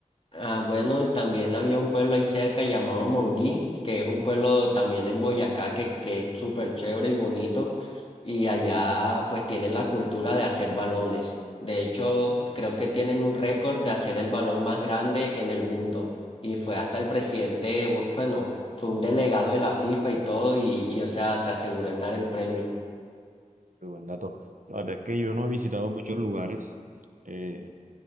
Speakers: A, on the left; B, on the right.
A: Ah, bueno, y también había un pueblo ahí cerca llamado Monguí, que es un pueblo también en Boyacá que, que es súper chévere y bonito. Y allá pues tienen la cultura de hacer balones. De hecho, creo que tienen un récord de hacer el balón más grande en el mundo. Y fue hasta el presidente, bu- bueno, fue un delegado de la FIFA y todo, y, y o sea, se aseguró en dar el premio.
B: Muy buen dato. La verdad es que yo no he visitado muchos lugares. eh,